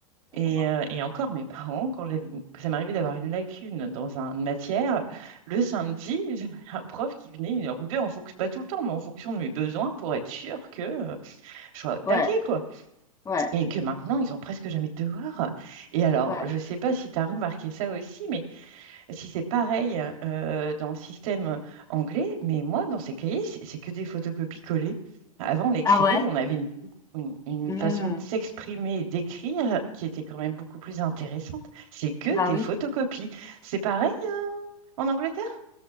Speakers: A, on the left; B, on the right.
A: oh
B: Et,
A: là là.
B: euh, et encore, mes <laughs> parents, quand j'avais, une- ça m'arrivait d'avoir une lacune dans un- une matière, le samedi, <laughs> j'avais un prof qui venait une heure ou deux, en fonction, pas tout le temps, mais en fonction de mes besoins, pour être sûr que euh, je sois
A: Ouais,
B: taquée, quoi.
A: ouais,
B: Et que maintenant, ils ont presque jamais de devoirs. Et alors,
A: ouais.
B: je sais pas si tu as remarqué ça aussi, mais si c'est pareil euh, dans le système anglais, mais moi, dans ces cahiers, c'est c'est que des photocopies collées. Avant, on écrivait,
A: Ah ouais?
B: et on avait une, une- une
A: Hmm,
B: façon de s'exprimer et d'écrire qui était quand même beaucoup plus intéressante. C'est que
A: Bah
B: des
A: oui.
B: photocopies. C'est pareil euh, en Angleterre?